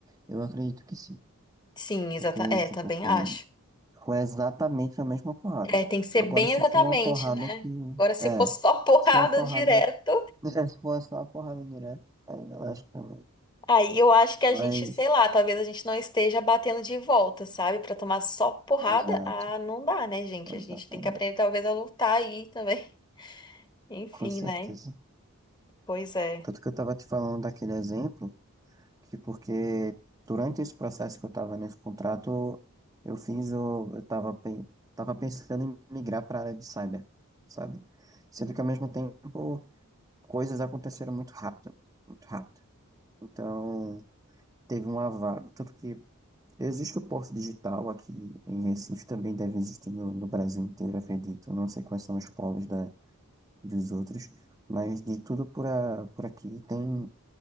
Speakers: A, on the right (about 15°); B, on the left (about 20°).
A: eu acredito que sim.
B: Sim, exata.
A: Porque,
B: É,
A: tipo,
B: também
A: tem-
B: acho.
A: foi exatamente a mesma porrada.
B: É, tem que ser
A: Agora,
B: bem
A: se
B: exatamente,
A: for uma porrada
B: né?
A: que.
B: Agora, se
A: É,
B: for só <laughs> porrada
A: se for uma porrada.
B: direto,
A: <laughs> é, se for só uma porrada direta, aí eu acho que também.
B: aí eu acho que a
A: Mas,
B: gente, sei lá, talvez a gente não esteja batendo de volta, sabe? Pra tomar só porrada,
A: exato,
B: ah, não dá, né, gente?
A: exatamente.
B: A gente tem que aprender talvez a lutar aí também. <laughs> Enfim,
A: Com certeza.
B: né? Pois é.
A: Tanto que eu tava te falando daquele exemplo. que porque durante esse processo que eu estava nesse contrato, eu fiz o, eu estava tava pe- tava pensando em migrar para a área de cyber, sabe? Sendo que ao mesmo tempo coisas aconteceram muito rápido, muito rápido. Então, teve um vaga, tanto que existe o Porto Digital aqui em Recife, também deve existir no, no Brasil inteiro, acredito. Eu Não sei quais são os polos da, dos outros, mas de tudo por, a, por aqui tem